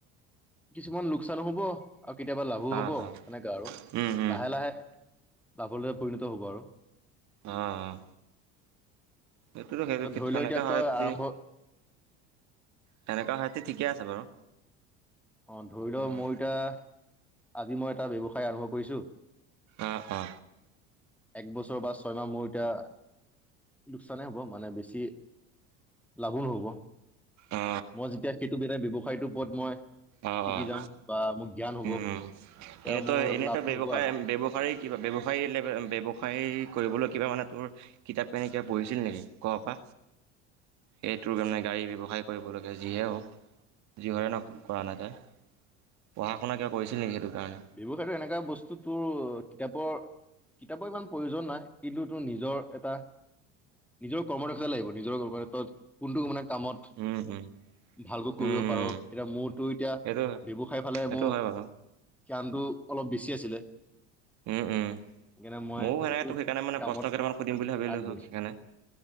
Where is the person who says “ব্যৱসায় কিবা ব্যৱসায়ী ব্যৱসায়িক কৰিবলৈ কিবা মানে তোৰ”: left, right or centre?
Right